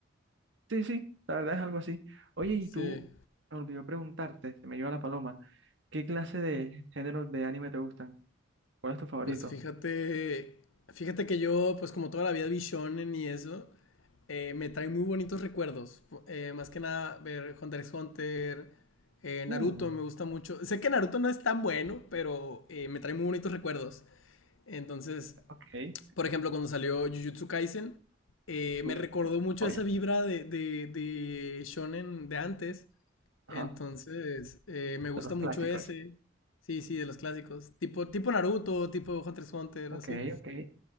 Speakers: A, on the right; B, on the left.
A: sí, sí, la verdad es algo así. Oye, y
B: Sí.
A: tú, me olvidó preguntarte, se me iba la paloma, ¿qué clase de géneros de anime te gustan? ¿Cuál es tu favorito?
B: Pues fíjate, fíjate que yo, pues como toda la vida vi shonen y eso, eh, me trae muy bonitos recuerdos. Eh, más que nada ver Hunter x Hunter, eh,
A: Uh,
B: Naruto me gusta mucho. Sé que Naruto no es tan bueno, pero eh, me trae muy bonitos recuerdos. Entonces,
A: ok.
B: por ejemplo, cuando salió Jujutsu Kaisen, eh, me
A: Uf,
B: recordó mucho
A: oye,
B: esa vibra de, de, de shonen de antes.
A: ajá,
B: Entonces, eh, me gusta
A: de los
B: mucho
A: clásicos.
B: ese. Sí, sí, de los clásicos. Tipo, tipo Naruto, tipo Hunter x Hunter,
A: Ok,
B: así.
A: ok.